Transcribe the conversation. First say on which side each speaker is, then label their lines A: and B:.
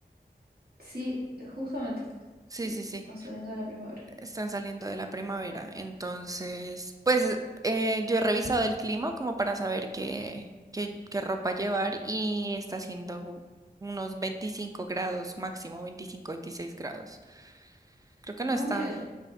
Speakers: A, on the right (about 70°); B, on the right (about 20°).
A: Sí, eh, justamente. Sí,
B: Sí, sí, sí,
A: están saliendo de la primavera.
B: están saliendo de la primavera, entonces pues eh, yo he revisado el clima como para saber qué, qué, qué ropa llevar y está haciendo unos 25 grados máximo, 25 26 grados. Creo que no
A: Ah,
B: está.
A: mira,